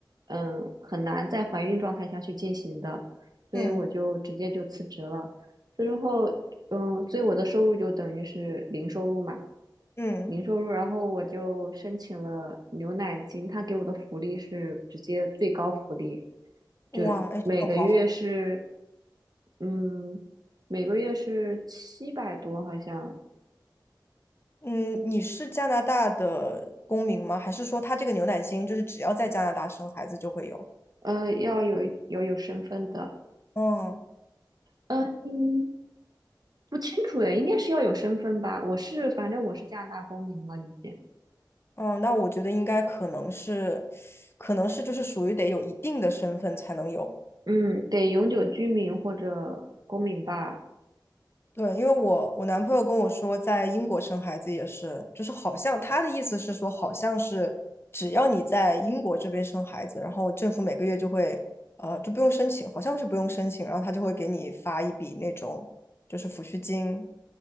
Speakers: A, on the right; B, on the left.
A: 嗯，很难在怀孕状态下去进行的，所以我就直接就辞职了。
B: 嗯
A: 辞职后，嗯，所以我的收入就等于是零收入嘛，
B: 嗯，
A: 零收入。然后我就申请了牛奶金，他给我的福利是直接最高福利，
B: 哇，
A: 就每个月是，
B: 哎，这种好好。
A: 嗯，每个月是七百多，好像，
B: 嗯，你是加拿大的公民吗？还是说他这个牛奶金就是只要在加拿大生孩子就会有？
A: 呃，要有一要有身份的，
B: 嗯
A: 呃嗯，不清楚诶，应该是要有身份吧？我是，反正我是加拿大公民了，已经，
B: 嗯，那我觉得应该可能是，可能是就是属于得有一定的身份才能有。
A: 嗯，得永久居民或者公民吧？
B: 对，因为我我男朋友跟我说，在英国生孩子也是，就是好像他的意思是说，好像是只要你在英国这边生孩子，然后政府每个月就会，呃，就不用申请，好像是不用申请，然后他就会给你发一笔那种就是抚恤金，